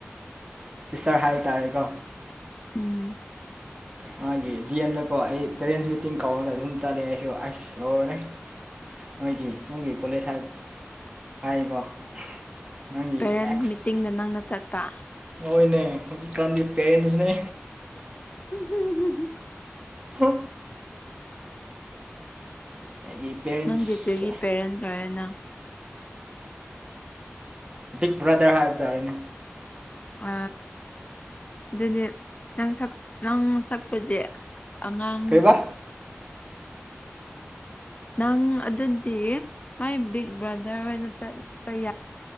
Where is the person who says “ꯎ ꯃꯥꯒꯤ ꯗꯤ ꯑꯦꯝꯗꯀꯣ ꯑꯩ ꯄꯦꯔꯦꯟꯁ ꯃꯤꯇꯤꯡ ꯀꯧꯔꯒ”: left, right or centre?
Right